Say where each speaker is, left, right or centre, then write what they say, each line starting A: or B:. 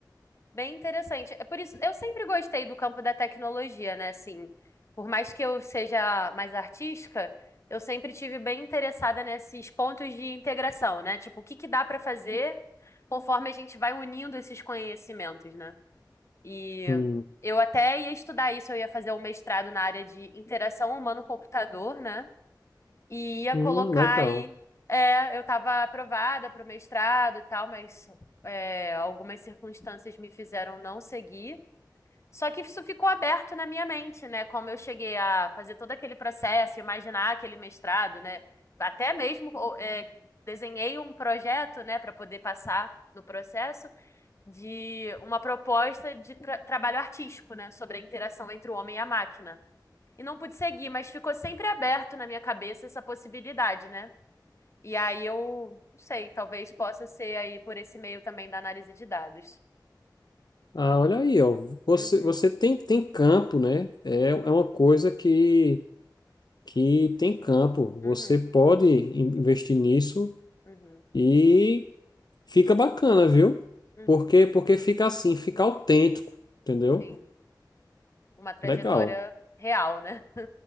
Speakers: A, on the left; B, on the left.
A: Bem interessante. É por isso, eu sempre gostei do campo da tecnologia, né? Assim, por mais que eu seja mais artística, eu sempre tive bem interessada nesses pontos de integração, né? Tipo, o que que dá para fazer conforme a gente vai unindo esses conhecimentos, né? E
B: Hum,
A: eu até ia estudar isso, eu ia fazer um mestrado na área de interação humano-computador, né? E ia
B: hum,
A: colocar
B: legal.
A: aí. É, eu estava aprovada para o mestrado e tal, mas é, algumas circunstâncias me fizeram não seguir. Só que isso ficou aberto na minha mente, né? Como eu cheguei a fazer todo aquele processo, imaginar aquele mestrado, né? Até mesmo é, desenhei um projeto, né, para poder passar no processo de uma proposta de tra- trabalho artístico, né, sobre a interação entre o homem e a máquina. E não pude seguir, mas ficou sempre aberto na minha cabeça essa possibilidade, né? E aí eu, não sei, talvez possa ser aí por esse meio também da análise de dados.
B: Ah, olha aí, ó. Você,
A: Uhum,
B: você tem, tem campo, né? É, é uma coisa que, que tem campo. Você
A: uhum,
B: pode in- investir nisso
A: uhum,
B: e Fica bacana, viu?
A: uhum.
B: Porque porque fica assim, fica autêntico, entendeu?
A: Sim, uma trajetória
B: Legal.
A: real, né?